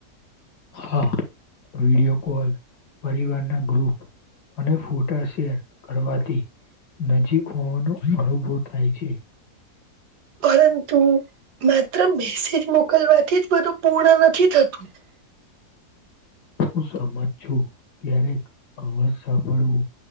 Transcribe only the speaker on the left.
હા વીડીયો કોલ પરિવારના ગ્રુપ. અને ફોટા શેર કરવાથી. નજીક હોવાનો અનુભવ થાય છે.
હું સમજ છું ક્યારેક અવાજ સાંભળવું.